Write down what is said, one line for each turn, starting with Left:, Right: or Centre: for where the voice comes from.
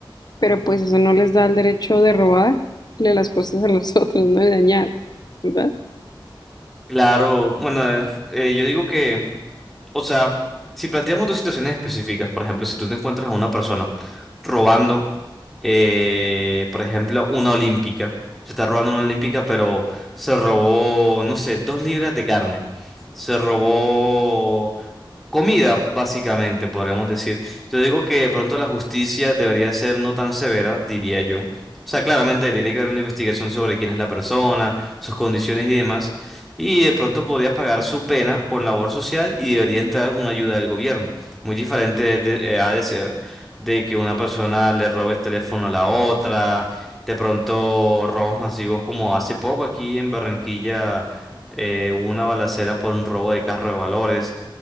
Left: pero pues eso no les da el derecho de robarle las cosas a los <laughs> otros, ¿no? De dañar, ¿verdad?
Centre: Claro, bueno, eh, eh, yo digo que, o sea, si planteamos dos situaciones específicas, por ejemplo, si tú te encuentras a una persona robando, eh, por ejemplo, una olímpica, se está robando una olímpica, pero se robó, no sé, dos libras de carne, se robó Comida, básicamente, podríamos decir. Yo digo que de pronto la justicia debería ser no tan severa, diría yo. O sea, claramente tiene que haber una investigación sobre quién es la persona, sus condiciones y demás. Y de pronto podría pagar su pena con labor social y debería entrar una ayuda del gobierno. Muy diferente de- eh, ha de ser de que una persona le robe el teléfono a la otra. De pronto, robos masivos como hace poco aquí en Barranquilla, eh, hubo una balacera por un robo de carro de valores.